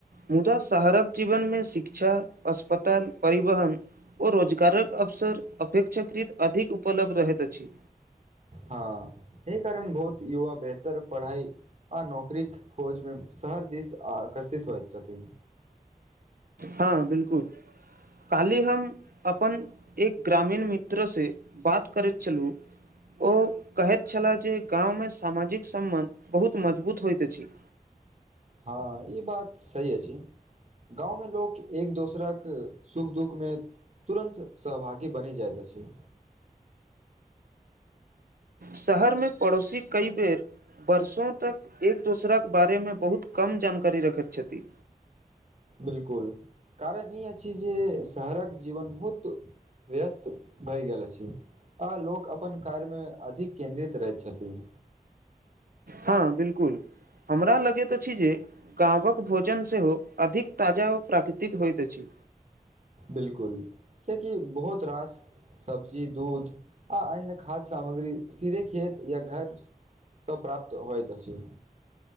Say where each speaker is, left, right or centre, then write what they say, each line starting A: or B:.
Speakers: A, on the right (about 80°); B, on the right (about 50°).
A: मुदा शहरक जीवन मे शिक्षा अस्पताल परिवहन ओ रोजगारक अवसर अपेक्षाकृत अधिक उपलब्ध रहैत अछि
B: हँ अहि कारण बहुत युवा बेहतर पढ़ाइ आ नौकरी खोज में शहर दिस आकर्षित होइत छथिन
A: हँ बिल्कुल काल्हि हम अपन एक ग्रामीण मित्रसँ बात करैत छलु ओ कहैत छलाह जे गाँवमे सामाजिक सम्बन्ध बहुत मजबूत होइत अछि।
B: हँ ई बात सही अछि गाँवमे लोक एक दोसरक सुख दुःखमे तुरन्त सहभागी बनि जाइत अछि
A: शहरमे पड़ोसी कई बेर वर्षों तक एक दोसरक बारे मे बहुत कम जानकारी रखैत छथि
B: बिल्कुल कारण ई अछि जे शहरक जीवन बहुत व्यस्त भए गेल अछि आ लोक अपन कार्य मे अधिक केन्द्रित रहैत छथिन
A: हँ बिल्कुल हमरा लगैत अछि जे गावँक भोजन सेहो अधिक ताजा ओ प्राकृतिक होइत अछि
B: बिल्कुल कियाकि बहुत रास सब्जी दूध आ अन्य खाद्य सामग्री सीधे खेत या घर स प्राप्त होइत अछि